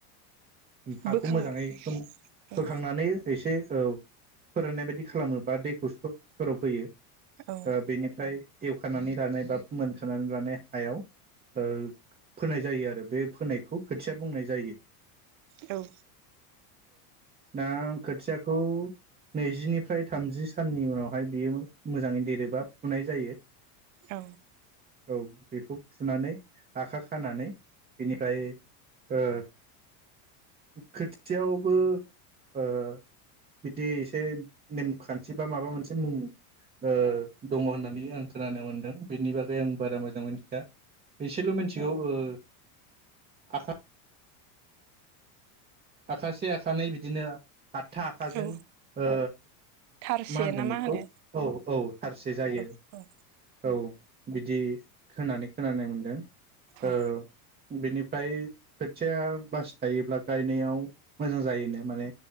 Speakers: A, on the right (about 20°); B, on the right (about 40°).
A: उ हाखौ
B: बोखां
A: मोजाङै खोम
B: औ
A: बोखांनानै एसे औ फोराननाय बायदि खालामो बा दैखौ सर सरब होयो
B: औ
A: ओ बेनिफ्राय एवखानानै लानाय बा फोमोन खनानै लानाय हायाव ओ फोनाय जायो आरो बे फोनायखौ खोथिया बुंनाय जायो। औ
B: औ
A: दा खोथियाखौ नैजिनिफ्राय थामजि साननि उनावहाय बेयो मोजाङै देरोबा फुनाय जायो
B: औ
A: औ बेखौ फुनानै आखा खानानै बेनिफाय ओ खोथियावबो ओ बिदि एसे नेमखान्थि बा माबा मोनसे मुं ओ दङ' होननानै आं खोनानो मोनदों बेनि बागै आं बारा मोजां मिथिया एसेल मिथिगौ ओ आखा आखासे आखानै बिदिनो आठथा आखाजों
B: औ
A: ओ
B: थारसे
A: मा होनगोन
B: ना
A: बेखौ
B: होनो
A: औ औ थारसे जायो
B: औ औ
A: औ बिदि होनानै खोनानाय मोनदों
B: औ
A: ओ बेनिफाय खोथिया बासि थायोब्ला गायनायाव उ मोजां जायोनो माने